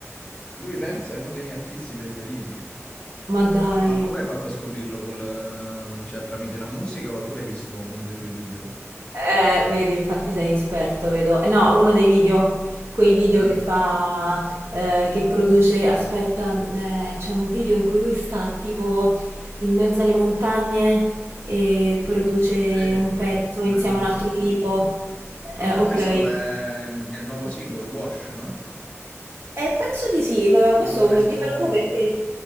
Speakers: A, on the left; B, on the right.
A: Lui pensa è uno dei miei artisti preferiti.
B: Ma dai.
A: Ma come hai fatto a scoprirlo col... eh, cioè tramite la musica oppure hai visto uno dei suoi video?
B: Eh, vedi, infatti sei esperto, vedo. Eh, No, uno dei video, quei video
A: Ah,
B: che fa, eh, che produce, aspetta, eh, c'è un video in cui lui sta tipo in mezzo alle montagne e produce
A: sì,
B: un pezzo
A: come
B: insieme
A: no?
B: a un altro tipo.
A: Ma
B: Eh, ok.
A: questo
B: Eh,
A: è, è il nuovo singolo, Wash, no?
B: penso di sì, ma
A: Quello
B: questo
A: dove
B: me-
A: sono...
B: dimmelo tu perché...